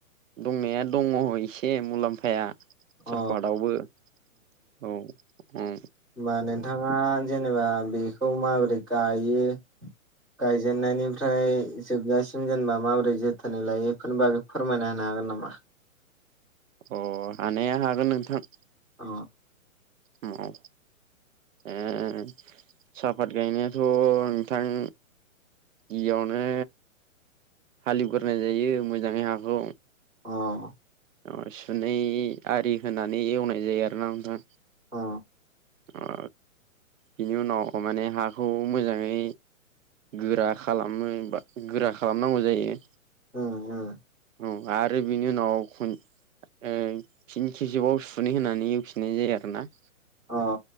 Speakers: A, on the right; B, in the centre.
A: दंनाया दङ एसे मुलाम्फाया
B: अ
A: सापातआवबो औ ओम
B: होनबा नोंथाङा जेनेबा बेखौ माबोरै गायो गायजेननायनिफ्राय जोबजासिम जेनेबा माबोरै जोथोनै लायो एफोरनि बागै फोरमायना होनो हागोन नामा?
A: अ हानाया हागोन नोंथां।
B: अ
A: औ औ ओ ओम सापात गायनायाथ' नोंथां? गिबियावनो हालेवग्रोनाय जायो मोजांङै हाखौ
B: अ
A: ओ सुनै आरि होनानै एवनाय जायो आरोना नोंथां।
B: अ
A: ओ बिनि उनाव माने हाखौ मोजांङै। गोरा खालाम बा गोरा खालामनांगौ जायो।
B: उम उम
A: औ आरो बिनि उनाव खन ओम फिन खिबसेबाव सुनै होनानै एवफिननाय जायो आरो ना।
B: अ